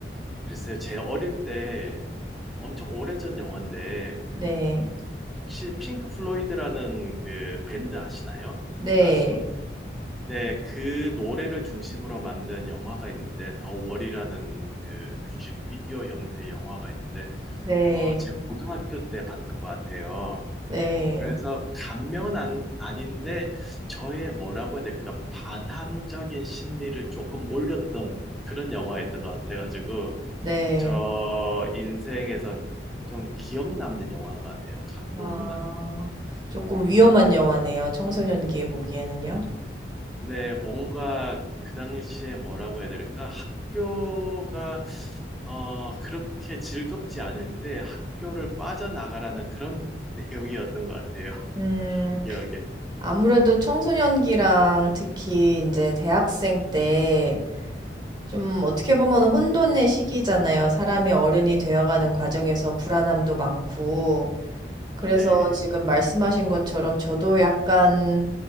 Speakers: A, in the centre; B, on the right.
A: 글쎄요. 제 어릴 때 엄청 오래전 영화인데
B: 네.
A: 혹시 핑크 플로이드라는 그 밴드 아시나요?
B: 네.
A: 가수? 네, 그 노래를 중심으로 만든 영화가 있는데 더 월이라는 그 뮤직비디오 형태의 영화가 있는데
B: 네.
A: 어, 제 고등학교 때 봤던 것 같아요.
B: 네.
A: 그래서 감명은 안, 아닌데 저의 뭐라고 해야 될까 반항적인 심리를 조금 올렸던 그런 영화였던 것 같아가지고
B: 네.
A: 저 인생에서 좀 기억 남는 영화인 것 같아요. 감동보다는.
B: 아, 조금 위험한 영화네요. 청소년기에 보기에는요.
A: 네, 뭔가 그 당시에 뭐라고 해야 될까? 학교가 어, 그렇게 즐겁지 않을 때 학교를 빠져나가라는 그런 <laughs> 내용이었던 것 같아요.
B: 음,
A: 기억에.
B: 아무래도 청소년기랑 특히 이제 대학생 때 좀 어떻게 보면 혼돈의 시기잖아요. 사람이 어른이 되어가는 과정에서 불안함도 많고. 그래서
A: 네.
B: 지금 말씀하신 것처럼 저도 약간,